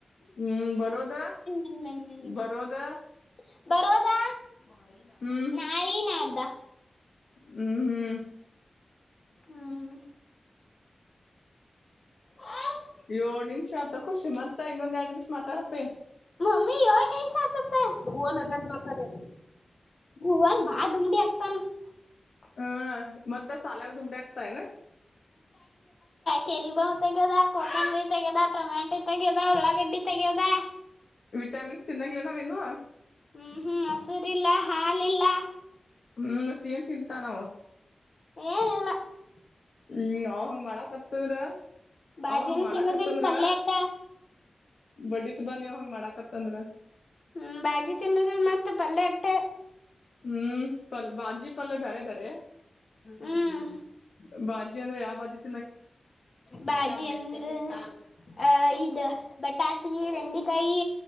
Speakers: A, on the left (about 75°); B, on the left (about 55°).
A: ಹ್ಮ್ ಬರೋದಾ
B: ಮೆನ್ ಮೆನ್ ಮೆನ್ ಮೆನ್
A: ಬರೋದ
B: ಮೆನ್.
A: <unintelligible>
B: ಬರೋದಾ <unintelligible>
A: ಹ್ಮ್
B: ನಾಳಿ ನಾಡ್ದ <unintelligible>
A: ಹ್ಮ್ ಹ್ಮ್
B: ಹ್ಮ್, ಹೇ! <unintelligible>
A: ಏಳು, ನಿಮಿಷತ ಖುಷಿ ಮತ್ತ ಇನ್ನೊಂದೆರಡ್ ನಿಮಿಷ ಮಾತಾಡಪ್ಪಿ? <inaudible>
B: ಮಮ್ಮಿ ಏಳ್ ನಿಮಷ ಅತ್ಯಾಯ್ತು! ಭುವನಾನ, ಫೋನಿನಲ್ಲಿ ಮಾತಾಡು ಅನ್ನು, ಭುವನ್ ಬಹಳ ತುಂಟಿ ಹತ್ರಆಗ್ತಾನ! <inaudible>
A: ಹಾ! <inaudible> ಮತ್ತೆ, ಸಾಲಾಗ ದುಂಬಡಿ ಆಗುತಾಯೇನು? <inaudible>
B: ಕೆರಿ ಬಾವ ತೆಗ್ಯದ, ಕೊತ್ತಂಬರಿ ತೆಗದ, ಟೊಮ್ಯಾಟೊ ತೆಗ್ಯದ, ಉಳ್ಳಾಗಡ್ಡಿ ತೆಗ್ಯದ? <inaudible>
A: ವಿಟಾಮಿನ್ಸ್, ತಿನ್ನಂಗಿಲ್ಲ, ನಾವು, ಇನ್ನೂ? <inaudible>
B: ಹ್ಮ್, ಹ್ಮ್, ಮೊಸರಿಲ್ಲ ಹಾಲಿಲ್ಲ? <inaudible>
A: ಹ್ಮ್, ಮತ್ತೇಏನ್, ತಿಂತಾನೋ? <inaudible>
B: ಏನೂ, ಇಲ್ಲ! <inaudible>
A: ಹ್ಮ್ ಅವ ಹಂಗೂ, ಮಾಡಾಕತ್ತಂದ್ರ,
B: ಬಾಜಿನ
A: ಅವ ಹಂಗ ಮಾಡಾಕತ್ತಂದ್ರ
B: ತಿನ್ನೋದಿಲ್ ಪಲ್ಯ ಅಟ್ಟ
A: ಬಡ್ಡತ್ ಬಾನಿ ಅವ ಹಂಗ ಮಾಡಾಕತು? <inaudible> ತಂಧರಾ? <inaudible>
B: ಹ್ಮ, ಬಾಜಿ ತಿನ್ನದಲ್ ಮತ್ತೆ ಪಲ್ಯ? <inaudible>
A: ಹ್ಮ್... <inaudible> ಪಲ್, ಬಾಜಿ, ಪಲ್ಲ್ಲೆ ಬೇರೆ, ಬೇರೆ?
B: ಹ್ಮ್
A: <inaudible> ಬಾಜಿ, ಅಂದ್ರೆ ಯಾಪೂ? <inaudible> ಬ.... <unintelligible>
B: ಬಾಜಿ, ಎಂದೂ? <inaudible> ಆ, ಇದು ಬಟಾಟಿ, ಬೆೆಂಡೆಕಾಯಿ?